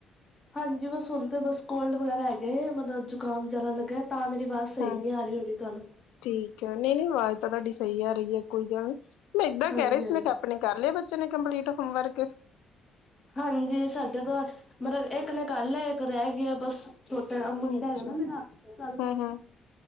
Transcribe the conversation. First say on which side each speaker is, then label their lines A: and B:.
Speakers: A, on the left; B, on the left.
A: ਹਾਂਜੀ ਬਸ ਹੁਣ ਤੇ ਬਸ ਕੋਲਡ ਵਗੈਰਾ ਹੈਗੇ, ਮਤਲਬ ਜ਼ੁਕਾਮ ਜ਼ੇਆਦਾ ਲੱਗੇਆ ਤਾਂ ਮੇਰੀ ਵਾਜ ਸਹੀ
B: ਹੂੰ
A: ਨੀ ਆ ਰਹੀ ਹੋਣੀ ਤੁਹਾਨੂੰ
B: ਠੀਕ ਆ ਨਈ-ਨਈ ਵਾਜ਼ ਤਾਂ ਤਾਡੀ ਸਈ ਆ ਰਹੀ ਆ, ਕੋਈ ਗੱਲ ਨਈ ਮੈਂ ਏਦਾ
A: ਹਾਂਜੀ
B: ਕੈ ਰਹੀ ਸੀ,
A: ਹਾਂਜੀ
B: ਮੈਂ ਕੇਆ ਆਪਣੇ ਕਰ ਲਏ ਬੱਚੇ ਨੇ ਕੰਪਲੀਟ ਹੋਮਵਰਕ
A: ਹਾਂਜੀ ਸਾਡੇ ਤਾ ਮਤਲਬ ਇੱਕ ਨੇ ਕਰ ਲਏ ਇੱਕ ਰੈਹ ਗੇਆ ਬਸ। ਛੋਟਾ ਮੁੰਡਾ
B: ਅੱਛਾ
A: ਹੈਗਾ ਨਾ ਮੇਰਾ ਕੱਲ
B: ਹਮ ਹਮ